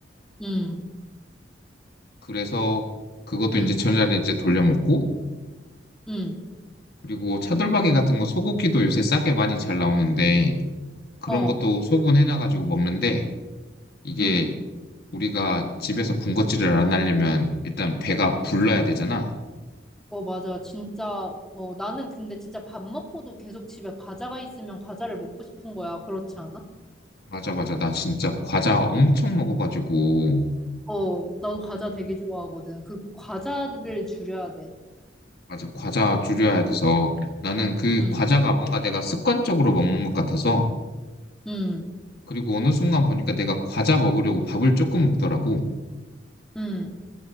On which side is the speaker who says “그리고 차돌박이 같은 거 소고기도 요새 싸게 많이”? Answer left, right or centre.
Left